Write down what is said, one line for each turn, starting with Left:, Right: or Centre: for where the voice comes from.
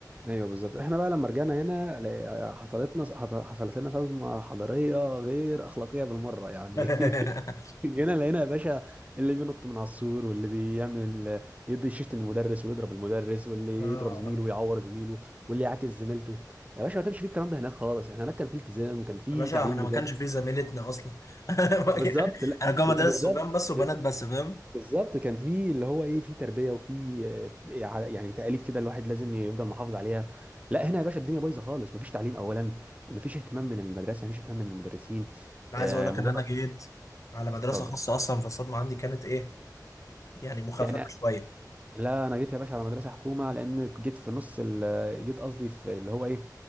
Right: ايوه بالظبط احنا بقى لما رجعنا هنا لا- حصلتنا حط- حصلت لنا صدمه حضاريه غير اخلاقيه بالمره يعني
Left: <laughs>
Right: <laughs> جينا لقينا يا باشا اللي بينط من على السور واللي بيعمل يدي شيشت من المدرس ويضرب المدرس واللي
Left: آه
Right: يضرب زميله ويعور زميله واللي يعاكس زميلته يا باشا ما كانش في الكلام ده هناك خالص احنا هناك كان في التزام وكان في
Left: يا باشا
Right: تعليم
Left: احنا
Right: بجد
Left: ما كانش في زميلتنا اصلا <laughs>
Right: اه بالظبط لا
Left: انا كان
Right: لا،
Left: مدرسه
Right: بالظبط
Left: صبيان بس وبنات بس فاهم
Right: بالظبط كان في اللي هو ايه في تربيه وفي آه، ع- يعني تقاليد كده الواحد لازم يفضل محافظ عليها لا هنا يا باشا الدنيا بايظه خالص مفيش تعليم اولا مفيش اهتمام من المدرسه مفيش اهتمام من المدرسين
Left: انا
Right: آه،
Left: عايز اقول لك
Right: مجرد
Left: ان انا جيت على مدرسه
Right: اتفضل
Left: خاصه اصلا فالصدمه عندي كانت ايه يعني مخففه
Right: يعني
Left: شويه
Right: لا انا جيت يا باشا على مدرسه حكومه لان جيت في نص ال- جيت قصدي في اللي هو ايه